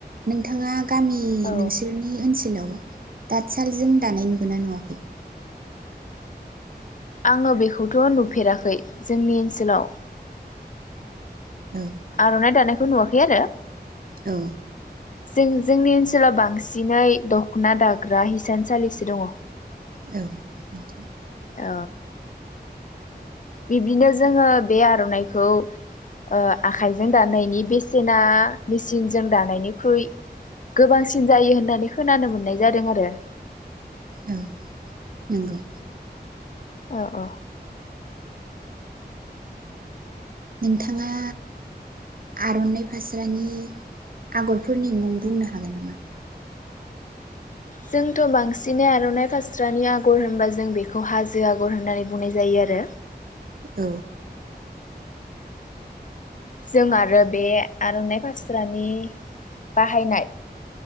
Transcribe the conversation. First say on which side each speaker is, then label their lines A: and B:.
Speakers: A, on the right; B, on the left.
A: नोंथाङा गामि
B: औ
A: नोंसोरनि ओनसो लाव तातसालजों दानाय नुगोना नुवाखै?
B: आङो बेखौथ' नुफेराखै जोंनि ओनसोलाव
A: औ
B: आर'नाय दानायख खौ नुवाखै आरो
A: औ।
B: जों जोंनि ओनसोलाव बांसिनै दख'ना दाग्रा हिसानसालिसो दङ।
A: औ। नोंथां
B: अ। बिबिनो जोङो बे आर'नाइखौ ओ आखाइजों दानायनि बेसेना मेचिनजों दानायनिख्रुइ गोबांसिन जायो होननानै खोनानो मोननाय जादों आरो।
A: औ नंगौ।
B: औ औ।
A: नोंथाङा आर'नाइ फास्रानि आगरफोरनि मुं बुंनो हागोन नामा?
B: जोंथ' बांसिनै आरनाइ खास्रानि आग'र होनबा जों बेखौ हाजो आगर होननानै बुंनाय जायो आरो।
A: औ।
B: जों आरो बे आर'नाइ फास्रानि बाहायनाय